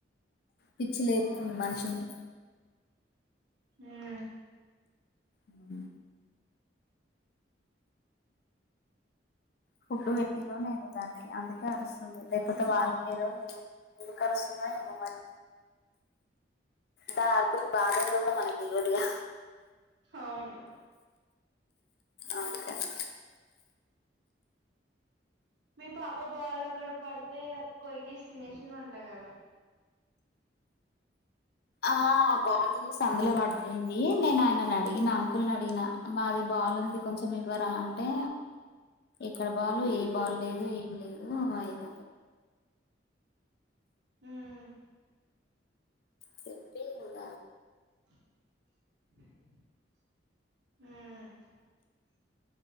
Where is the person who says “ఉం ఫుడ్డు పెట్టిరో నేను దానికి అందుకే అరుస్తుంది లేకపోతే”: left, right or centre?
Left